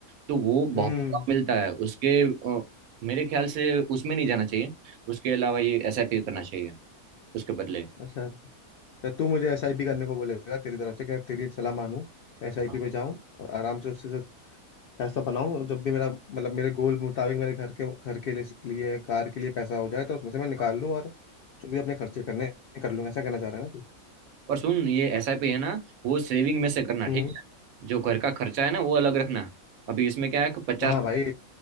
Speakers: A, on the right (about 75°); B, on the left (about 85°).
A: तो वो
B: हम्म
A: बहुत कम मिलता है उसके अ, मेरे ख्याल से उसमें नहीं जाना चाहिए उसके अलावा ये एसआईपी करना चाहिए उसके बदले
B: अच्छा तो तू मुझे एसआईपी करने को बोलेगा तेरी तरफ से क्या तेरी सलाह मानूं तो एसआईपी
A: हाँ।
B: पे जाऊं और आराम से उससे से पैसा बनाऊं जब भी मेरा मतलब मेरे गोल मुताबिक मेरे घर के घर के लिए लिए, कार के लिए पैसा हो जाए तो उसमें से मैं निकाल
A: हाँ।
B: लूं और जो भी अपने खर्चे करने हैं, कर लूंगा ऐसा कहना चाह रहा है ना तू
A: और सुन ये एसआईपी है ना वो सेविंग में से करना
B: हम्म
A: ठीक है जो घर का खर्चा है ना वो अलग रखना अभी इसमें क्या है कि पचास
B: हाँ भाई